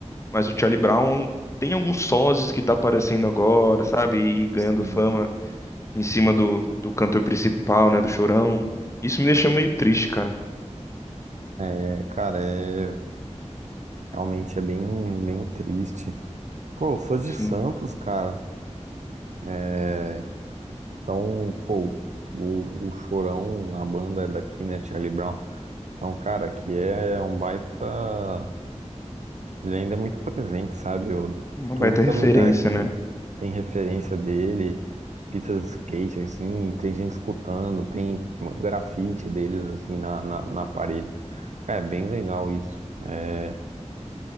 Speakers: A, on the left (about 25°); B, on the right (about 75°).
A: Mas o Charlie Brown tem alguns sozes que tá aparecendo agora, sabe? E ganhando
B: Sim.
A: fama. em cima do, do cantor principal, né, do Chorão. Isso me deixa meio triste, cara.
B: É, cara, é realmente é bem, bem triste. Pô, eu sou de
A: Sim,
B: Santos, cara. É, então, pô, o, o Chorão na banda é daqui, né, Charlie Brown. Então, cara, aqui é é um baita. Ele ainda é muito presente, sabe? Eu,
A: uma
B: tudo
A: baita
B: que
A: referência,
B: é lugar tem,
A: né?
B: tem referência dele, as pistas de skate, assim, tem gente escutando, tem grafite deles, assim, na, na, na parede. Cara, é bem legal isso. É,